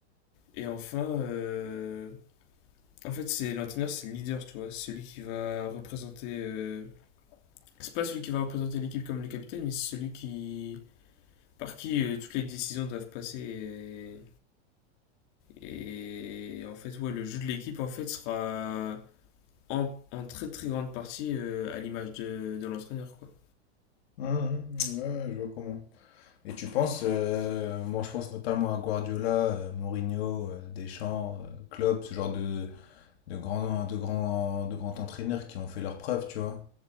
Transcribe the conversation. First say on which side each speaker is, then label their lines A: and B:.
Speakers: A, on the left; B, on the left.
A: Et enfin, euh, en fait, c'est l'entraîneur, c'est le leader, tu vois. Celui qui va représenter. euh, C'est pas celui qui va représenter l'équipe comme le capitaine, mais c'est celui qui par qui euh, toutes les décisions doivent passer. Et, et en fait, ouais, le jeu de l'équipe en fait sera en, en très très grande partie euh, à l'image de, de l'entraîneur, quoi.
B: Mmh, mmh, ouais, je vois comment. Et tu penses, euh, moi je pense notamment à Guardiola, euh, Mourinho, euh, Deschamps, euh, Klopp, ce genre de, de grands, de grands, de grands entraîneurs qui ont fait leurs preuves, tu vois.